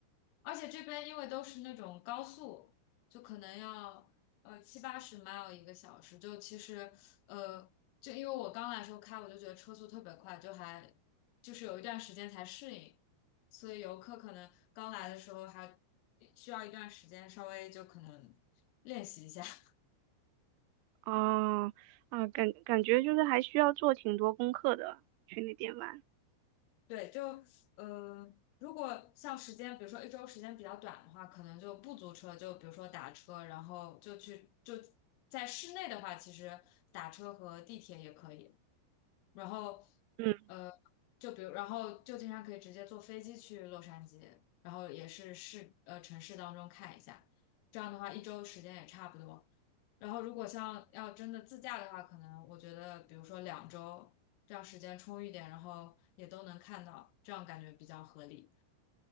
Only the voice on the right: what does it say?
哦，啊，感感觉就是还需要做挺多功课的，去那边玩。
嗯，